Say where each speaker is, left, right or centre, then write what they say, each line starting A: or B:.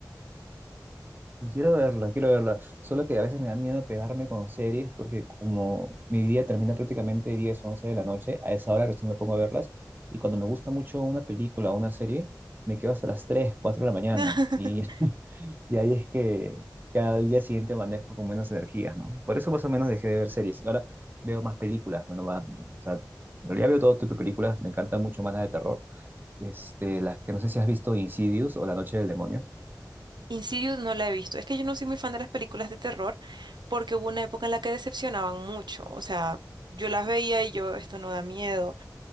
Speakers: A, on the right (about 25°); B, on the right (about 85°).
A: Y quiero verla, quiero verla. Solo que a veces me da miedo pegarme con series porque como mi día termina prácticamente diez 11 de la noche, a esa hora recién me pongo a verlas. Y cuando me gusta mucho una película o una serie, me quedo hasta las tres 4 de la mañana.
B: <laughs>
A: Y, <laughs> y ahí es que ya al día siguiente amanezco con menos energía, ¿no? Por eso más o menos dejé de ver series. Ahora veo más películas. Bueno, va, o sea, en realidad veo todo tipo de películas. Me encantan mucho más las de terror. Este, las que no sé si has visto Insidious o La Noche del Demonio.
B: Insidious no la he visto. Es que yo no soy muy fan de las películas de terror porque hubo una época en la que decepcionaban mucho. O sea, yo las veía y yo, esto no da miedo.